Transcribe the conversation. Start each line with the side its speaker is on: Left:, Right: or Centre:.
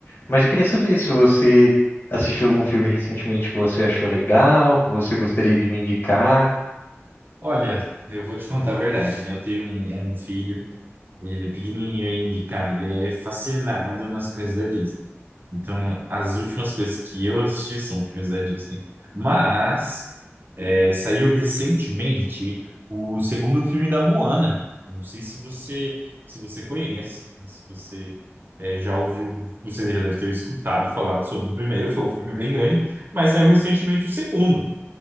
Left: Mas eu queria saber se você assistiu algum filme recentemente que você achou legal, que você gostaria de me indicar.
Right: Olha, eu vou te contar a verdade, né? Eu tenho um, um filho, ele é pequenininho ainda, e, cara, ele é fascinado nas coisas da Disney. Então, as últimas coisas que eu assisti são filmes da Disney. Mas, é, saiu recentemente o segundo filme da Moana. Não sei se você, se você conhece, né? se você é, já ouviu, você já deve ter escutado falar sobre o primeiro, foi um filme bem grande, mas saiu recentemente o segundo.